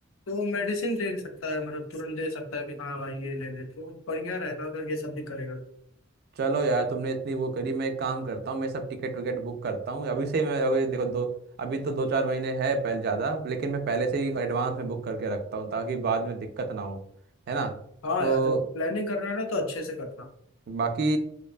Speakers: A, on the left (about 85°); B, on the right (about 50°).
A: तो मेडिसिन दे सकता है मतलब तुरंत दे सकता है कि हाँ भाई ये ले ले तो बढ़िया रहेगा अगर ये सब भी करेगा
B: चलो यार तुमने इतनी वो करी मैं एक काम करता हूँ मैं सब टिकट विकेट बुक करता हूँ अभी से मैं अभी देखो दो अभी तो दो चार महीने है पहले ज़्यादा लेकिन मैं पहले से ही एडवांस में बुक करके रखता हूँ ताकि बाद में दिक्कत ना हो है ना
A: हाँ
B: तो
A: यार जब प्लानिंग कर रहा है ना तो अच्छे से करना
B: बाकी